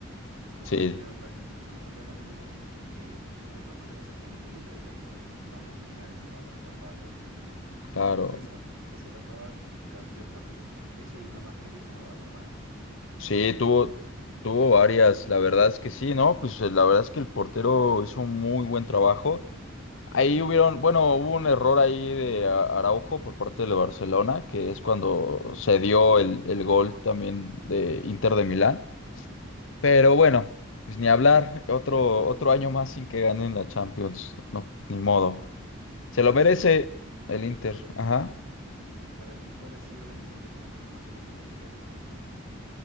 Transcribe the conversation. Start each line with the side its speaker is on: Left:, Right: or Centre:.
Right: Que no
Left: sí,
Right: patea tan, o sea, lo patea más o menos al medio, pero de todas maneras el mérito de Jan Sommer para llegar a ese balón y taparlo.
Left: claro.
Right: Yo creo que esa, esa tapada cambió el partido. Esa y una más que le hizo a Yamal.
Left: Sí,
Right: Esas dos
Left: tuvo,
Right: tapadas de Sommer. uf.
Left: tuvo varias, la verdad es que sí, ¿no? Pues eh, la verdad es que el portero hizo un muy buen trabajo. Ahí hubieron, bueno, hubo un error ahí de A- Araujo por parte del Barcelona, que es cuando se dio el, el gol también de Inter de Milán. Pero bueno, pues ni hablar, otro, otro año más sin que ganen la Champions, no, ni modo. Se
Right: Para
Left: lo merece
Right: ti,
Left: el Inter, ajá.
Right: sí, para ti, ¿cuál ha sido la final de Champions más emocionante que has visto?